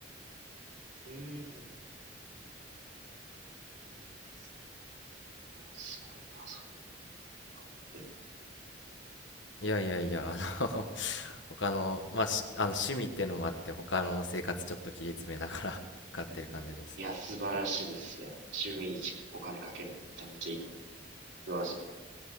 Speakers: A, on the right; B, on the left.
A: うんうんうん。いいですね。すごいな、そんなので買われてるの。
B: いやいやいや、あの <laughs> 他の、まあ、しあの趣味っていうのもあって、他の生活ちょっと切り詰めながら <laughs> 買ってる感じです。
A: いや、素晴らしいです。いや、趣味にお金かけるのめちゃめちゃいいと思う。素晴らしいと思います。